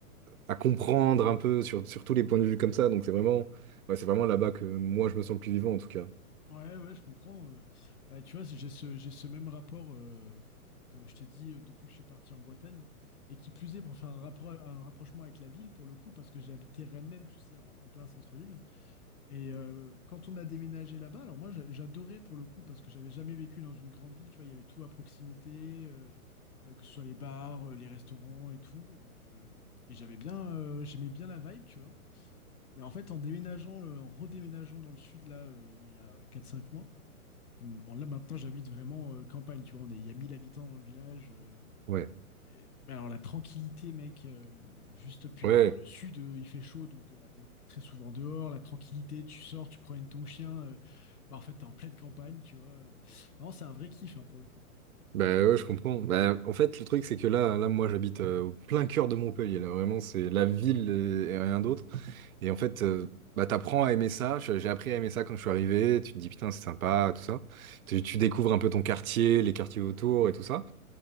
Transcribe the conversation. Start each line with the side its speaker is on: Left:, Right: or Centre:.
Right: à comprendre un peu sur, sur tous les points de vue comme ça. Donc c'est vraiment. ouais, c'est vraiment là-bas que moi, je me sens le plus vivant, en tout cas.
Left: Ouais, ouais, je comprends. euh. Bah, tu vois, j'ai ce, j'ai ce même rapport, euh, comme je t'ai dit, euh, depuis que je suis parti en Bretagne, et qui plus est, pour faire un, rappro- un rapprochement avec la ville, pour le coup, parce que j'ai habité Rennes même, tu sais, en, en plein centre-ville. Et euh, quand on a déménagé là-bas, alors moi j'a- j'adorais pour le coup parce que j'avais jamais vécu dans une grande ville, tu vois, il y avait tout à proximité, euh, euh, que ce soit les bars, euh, les restaurants et tout. Et, euh, et j'avais bien, euh, j'aimais bien la vibe, tu vois. Mais en fait, en déménageant, euh, en redéménageant dans le sud, là, euh, il y a quatre cinq mois, hum, bon, là maintenant j'habite vraiment euh, campagne, tu vois, on est, il y a 1000 habitants dans le village. euh,
Right: Ouais,
Left: et, Mais alors la tranquillité, mec, euh, le- juste puis
Right: ouais,
Left: alors, le sud, euh, il fait chaud, donc euh, bah, t'es très souvent dehors. La tranquillité, tu sors, tu promènes ton chien, euh, bah en fait t'es en pleine campagne, tu vois. euh. Non, c'est un vrai kiff hein, pour le coup.
Right: bah ouais, je comprends. Bah, en fait, le truc, c'est que là, là, moi, j'habite euh, au plein cœur de Montpellier. Là, vraiment, c'est la ville et, et rien d'autre. Et en fait, euh, bah, t'apprends à aimer ça. Je- J'ai appris à aimer ça quand je suis arrivé. Tu te dis, putain, c'est sympa, tout ça. Tu, tu découvres un peu ton quartier, les quartiers autour et tout ça.